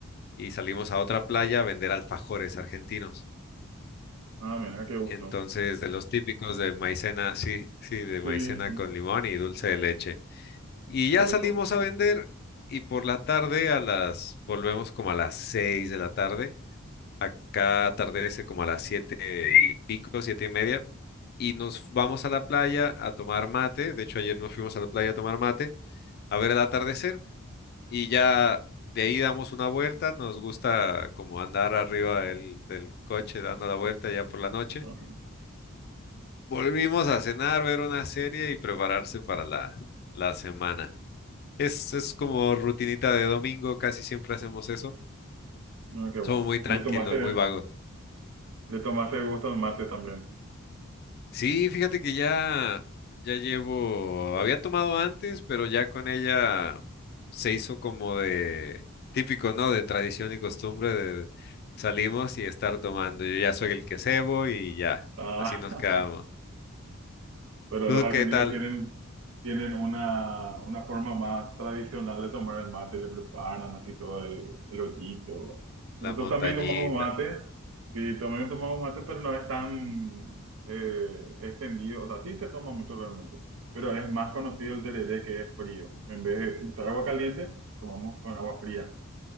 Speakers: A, on the left; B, on the right.
A: y salimos a otra playa a vender alfajores argentinos.
B: Ah, mira, qué gusto.
A: Entonces, de los típicos de maicena, sí, sí, de maicena
B: Sí, sí,
A: con limón y dulce de leche. Y ya
B: qué rico.
A: salimos a vender y por la tarde a las, volvemos como a las seis de la tarde. Acá atardece como a las siete y pico, siete y media. Y nos vamos a la playa a tomar mate. De hecho, ayer nos fuimos a la playa a tomar mate, a ver el atardecer. y ya de ahí damos una vuelta, nos gusta como andar arriba del, del coche dando la vuelta ya por la noche.
B: Ajá.
A: Volvimos a cenar, ver una serie y prepararse para la, la semana. Es, es como rutinita de domingo, casi siempre hacemos eso.
B: Ah, qué bueno.
A: Somos muy tranquilos,
B: ¿Le tomaste,
A: muy vagos.
B: le tomaste el gusto al mate también?
A: Sí, fíjate que ya, ya llevo, había tomado antes, pero ya con ella se hizo como de típico, ¿no? De tradición y costumbre de salimos y estar tomando. Yo ya soy el que cebo y ya,
B: Ah.
A: así nos
B: <laughs>
A: quedamos.
B: Pero
A: ¿Tú
B: los argentinos
A: qué tal?
B: tienen, tienen una, una forma más tradicional de tomar el mate, le preparan así todo el, el ollito. Nosotros
A: La montañita.
B: también tomamos mate, sí, también tomamos mate, pero no es tan eh, extendido, o sea, sí se toma mucho realmente, pero es más conocido el tereré que es frío. En vez de usar agua caliente, tomamos con agua fría.